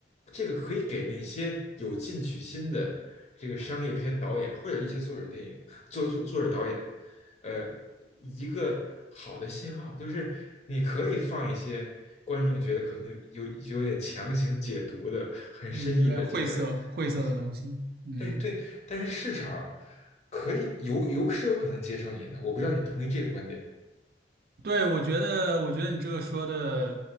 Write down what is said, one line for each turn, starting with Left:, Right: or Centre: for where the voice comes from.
Left: 这个可以给那些有进取心的这个商业片导演或者一些作者电影作作作者导演，呃，一个好的信号，就是你可以放一些观众觉得可能有有点强行解读的、很深意的这个东西。
Right: 嗯，有点晦涩晦涩的东西。嗯，
Left: 对对，但是市场可以有有是有可能接受你的，我不知道你同意这个观点。
Right: 对，我觉得，我觉得你这个说的